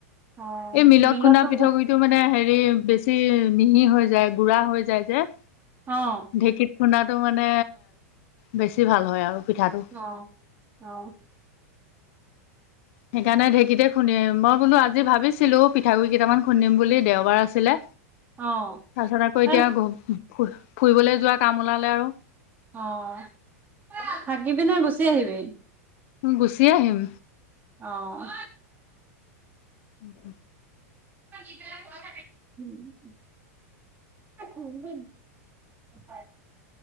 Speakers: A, on the right; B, on the left.
A: অ
B: এই মিলত
A: মিলততো
B: খুন্দা পৃঠাগুৰিতটো মানে, হেৰি বেছি বেছি মিহি হৈ যায়, গুৰা হৈ যায় যে
A: অ',
B: ঢেকীত খুন্দাটো মানে, বেছি ভাল হয় আৰু পিঠাটো।
A: অ',
B: সেইকাৰণে, ঢেকীতে খুন্দিম মই, বোলো আজি ভাবিছিলো পিঠাগুৰি কেইটামান খুন্দম বুলি দেওবাৰ আছিলে।
A: অ
B: তাৰপিছত, আকৌ এতিয়া
A: এ
B: ফ ফুৰিবলৈ যোৱা কাম ওলালে আৰু
A: অ', থাকিবি নে, গুচি আহিবি।
B: গুচি আহিম।
A: অ',
B: উম,
A: <unintelligible>